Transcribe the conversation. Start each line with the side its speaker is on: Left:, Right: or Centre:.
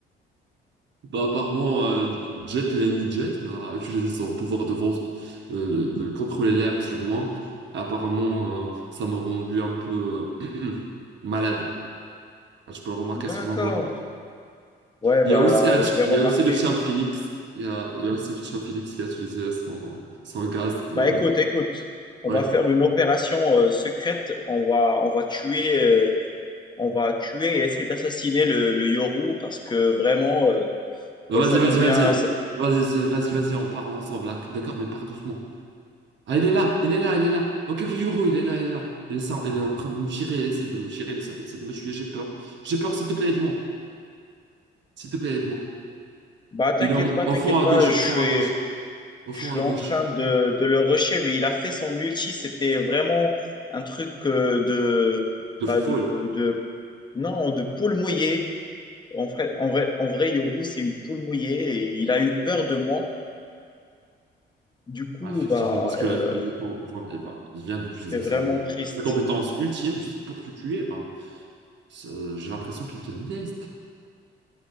Right: Bah, apparemment, euh, Jet, l'ennemi de Jet, a utilisé son pouvoir de, vent- euh, de contrôler l'air sur moi. Apparemment, euh, ça m'a rendu un peu <clears throat> malade. Ah, Je peux le remarquer
Left: D'accord.
Right: sur ma voix.
Left: Ouais,
Right: Il
Left: bah
Right: y a aussi, un
Left: je
Right: ch-
Left: l'ai remarqué.
Right: il y a aussi le champ Phoenix. Il y a, il y a aussi le champ Phoenix qui a utilisé son, son gaz
Left: Bah
Right: de...
Left: écoute, écoute, on
Right: Ouais.
Left: va faire une opération euh, secrète. On va on va tuer euh, on va tuer et essayer d'assassiner le le Yoru parce que vraiment euh,
Right: Euh, Vas-y,
Left: ça devient
Right: vas-y, vas-y.
Left: ça-
Right: Vas-y, c'est- vas-y, vas-y, on part ensemble. là. D'accord, mais pars doucement. Ah, il est là, il est là, il est là. Ok, ok, Yuru, il est là, il est là. Il est, ça, il est en train de me tirer, il essaie de me tirer, il essaie de me tuer, j'ai peur. J'ai peur, s'il te plaît, aide-moi. S'il te plaît, aide-moi.
Left: Bah t'inquiète
Right: Il est en-
Left: pas,
Right: au
Left: t'inquiète
Right: fond à
Left: pas,
Right: gauche,
Left: je
Right: au
Left: suis
Right: fond à gauche, au
Left: Je
Right: fond
Left: suis
Right: à
Left: en
Right: gauche,
Left: train de, de le rusher, mais il a fait son ulti. C'était vraiment un truc euh, de, bah
Right: de foule.
Left: de, de, non, de poule mouillée. En vrai, en vrai, en vrai, Yoru, c'est une poule mouillée et il a eu peur de moi. Du coup,
Right: Ah, effectivement,
Left: bah,
Right: parce que
Left: euh,
Right: là, je me genre, eh ben, il vient d'utiliser
Left: c'est vraiment
Right: son...
Left: triste.
Right: sa compétence ultime juste pour te tuer. Ben, c'est- j'ai l'impression qu'il te déteste.